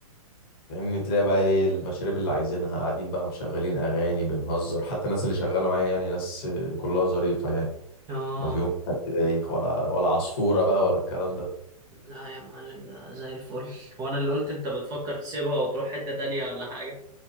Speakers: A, on the left (about 40°); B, on the right (about 20°).
A: فاهمني تلاقي بقى ايه المشاريب اللي عايزينها قاعدين بقى مشغلين اغاني بنهزر حتى الناس اللي شغاله معايا يعني ناس كلها ظريفه يعني
B: اه
A: ما فيهم حد بايخ ولا ولا عصفوره بقى ولا الكلام ده
B: لا يا معلم ده زي الفل وانا اللي قلت انت بتفكر تسيبها وتروح حتة تانية ولا حاجة